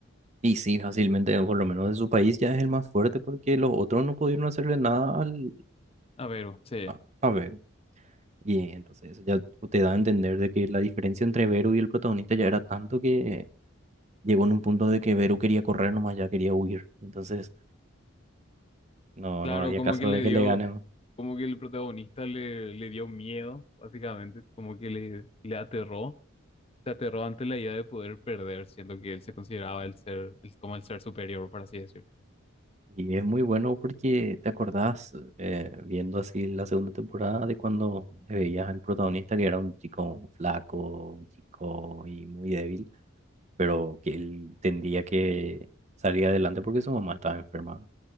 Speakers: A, on the right; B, on the left.
A: Y sí, fácilmente, por lo menos de su país, ya es el más fuerte porque los otros no pudieron hacerle nada al,
B: A ver, sí.
A: a, a Vero. Y entonces eso ya te da a entender de que la diferencia entre Vero y el protagonista ya era tanto que llegó en un punto de que Vero quería correr nomás, ya quería huir. Entonces, no,
B: Claro,
A: no había
B: como
A: caso
B: que le
A: de
B: dio,
A: que le ganen.
B: como que el protagonista le, le dio miedo, básicamente, como que le, le aterró, se aterró ante la idea de poder perder, siendo que él se consideraba el ser, el- como el ser superior, por así decir.
A: Y es muy bueno porque te acordás, eh, viendo así la segunda temporada, de cuando le veías al protagonista que era un chico flaco, un chico y muy débil, pero que él tendría que salir adelante porque su mamá estaba enferma.